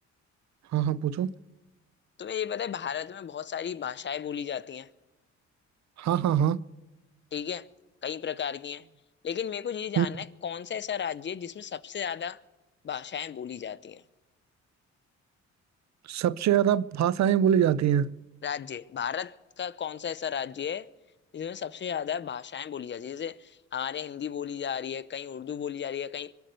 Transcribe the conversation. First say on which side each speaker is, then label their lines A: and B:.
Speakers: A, on the right; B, on the left.
A: हाँ हाँ पूछो
B: तुम्हें ये पता है भारत में बहुत सारी भाषाएं बोली जाती हैं
A: हाँ हाँ हाँ
B: ठीक है कई प्रकार की हैं लेकिन मेरे को ये जानना
A: हम्म,
B: है कौन सा ऐसा राज्य है जिसमें सबसे ज्यादा भाषाएं बोली जाती हैं
A: सबसे ज्यादा भाषाएं बोली जाती हैं
B: राज्य भारत का कौन सा ऐसा राज्य है जिसमें सबसे ज्यादा भाषाएं बोली जाती है जैसे हमारे हिंदी बोली जा रही है कहीं उर्दू बोली जा रही है कहीं